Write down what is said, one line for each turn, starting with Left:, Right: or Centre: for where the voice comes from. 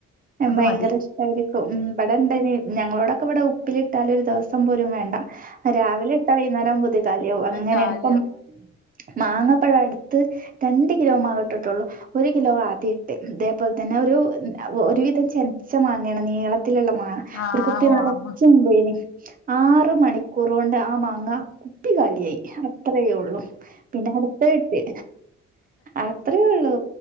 Left: അത്
Right: ഭയങ്കര
Left: മതി
Right: ഇഷ ടായിരിക്കും ഉം ഇബടെണ്ടേനി ഞങ്ങളോടൊക്കെ ഇവിടെ ഉപ്പിലിട്ടാലൊര് ദിവസംപോലുംവേണ്ട രാവിലെട്ടാ വൈന്നാരവുമ്പോത്തിന് കാലിയാവും
Left: അത്
Right: അങ്ങനെണ്പ്പം
Left: കാലിയാവും
Right: മാങ്ങപ്പഴട്ത്ത് രണ്ട കിലോ മാവ്ട്ടിട്ടുള്ളൂ ഒരു കിലോ ആദ്യട്ട് ഇതേപോൽതന്നെ ഒരു ഒരുവിധം ചെൻച്ച മാങ്ങേണ് നീളത്തില്ള്ള മാ
Left: ആഹ്
Right: ഒരു കുപ്പി നറച്ച്ണ്ടേനി
Left: ഓളമ്മ
Right: ആറ് മണിക്കൂറോണ്ട് ആ മാങ്ങ കു പ്പി കാലിയായി അത്രയൊള്ളൂ പിന്നെ അടുത്തയിട്ട് അത്രയൊള്ളു